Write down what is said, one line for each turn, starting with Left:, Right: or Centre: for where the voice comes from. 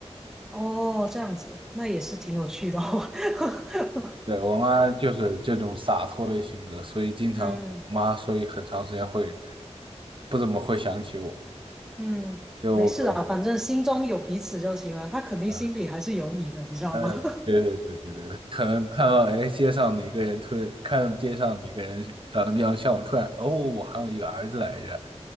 Centre: 哦，这样子，那也是挺有趣的哦。<laughs>
Right: 对，我妈就是这种洒脱的性格，所以经常我妈，
Centre: 嗯
Right: 所以很长时间会不怎么会想起我。
Centre: 嗯，
Right: 就我跟我
Centre: 没事啦，反正心中有彼此就行了。他肯定心里还是有你的，
Right: 啊，
Centre: 你知道吗？
Right: 呃，
Centre: <laughs>
Right: 对对对对对，可能看到哎街上哪个人突然看到街上哪个人长得比较像我，突然哦，我还有一个儿子来着，